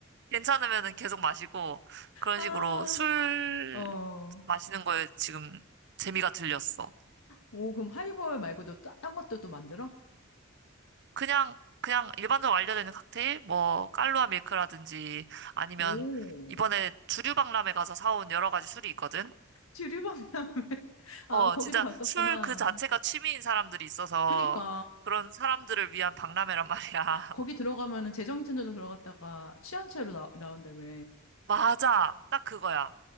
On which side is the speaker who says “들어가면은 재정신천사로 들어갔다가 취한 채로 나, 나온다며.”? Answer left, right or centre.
Left